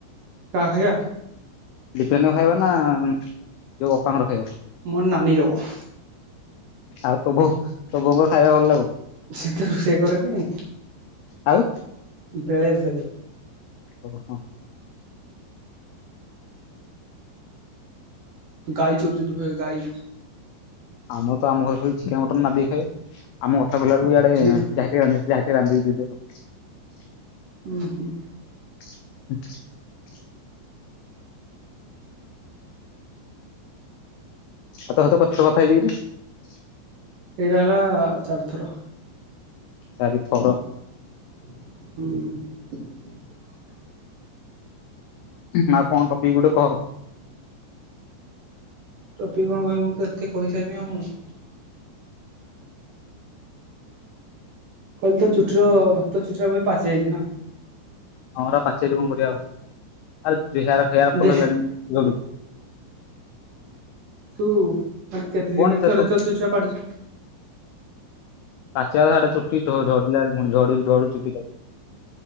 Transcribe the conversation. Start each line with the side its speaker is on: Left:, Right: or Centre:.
Right: କାହା ଖାଇବା।
Left: ଦିପେନ ଖାଇବା ନା ଯୋଉ ଅପାଙ୍କର ଖାଇବା
Right: ମର ନାନୀ ର ଓହ
Left: ଆଉ ତ ବୋଉ ତବୋଉଙ୍କର ଖାଇବା ଭଲ ଲାଗୁନି?
Right: ସେ ତ ରୋଷେଇ କରେନି
Left: ଆଉ
Right: ବେଳେ ବେଳେ
Left: ଓ ହଁ।
Right: ଗାଈ <unintelligible> ଗାଈ।
Left: ଆମର ତ ଆମ ଘରେ ଖାଲି ଚିକେନ ମଟନ୍ ନାଧିକି ଖାଇବେ ଆମ କଥା ଅଥା ବୁଲିଲା ବେଳକୁ ଏଆଡେ
Right: ଏଇଟା
Left: ଯାଇତାହି ଅନିସ୍ରାହେ ରାଦ୍ଦିକି ଦେଇଦିଅ।
Right: ଉ ହୁଁ।
Left: <inaudible> ଆଉ ତ ସହିତ କେତଟା କଥା ହେଇଚି କି ରେ?
Right: ଏଇଟା ହେଲା ଚାରିଥର।
Left: ଚାରିଥର।
Right: ହୁଁ।
Left: ନା କଣ ଟପିକ୍ ଗୋଟେ କହ।
Right: ଟପିକ୍ କଣ କହିବି ମୁଁ ତ ଏତେ କହିସାରିଲିନି ଆଉ । କହିଲି ତ ଚୁଟିର ତ ଚୁଟିର ଭୋଉତୁ ପାଚି ଯାଇଚି ନା?
Left: ହଁ ଏରା ପାଚି ଯାଇଚି କଣ କରିବା ଆଉ ଆରେ ଚେହାର ହେୟାର ଫୁଲ୍
Right: ଦେ
Left: ହେଲାଣି‌ ପଡ଼ୁଛି।
Right: ତୁ ମାନେ କେତେ
Left: କଣ
Right: ଦିନିରେ ଥରେ
Left: ତୁ
Right: ତ ଚୁଟିଟା ପାଟୁଚି?
Left: ଚାର ସାଟା ଚୁଟିଝ ଝଡ଼ିଲାଆଳେ ପୁଣି ଝଡ଼ୁଚି ଚୁଟିଟା।